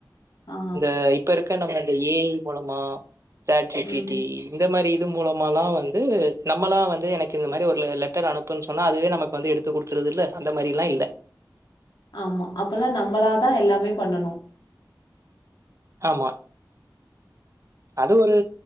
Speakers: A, on the left; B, on the right.
A: ஆ.
B: இந்த இப்ப இருக்க நம்ம இந்த ஏ ஐ மூலமா சாட் ஜி
A: ம்.
B: பீட்டி இந்த மாரி இது மூலமால்லா வந்து நம்மளா வந்து எனக்கு இந்த மாரி ஒரு லெட்டர் அனுப்புன் சொன்னா அதுவே நமக்கு வந்து எடுத் து குடுத்துருதுல்ல அந்த மாரில்லா இல்ல
A: ஆமா அப்பல்லா நம்மளா தா எல்லாமே பண்ணணு
B: ஆமா அது ஒரு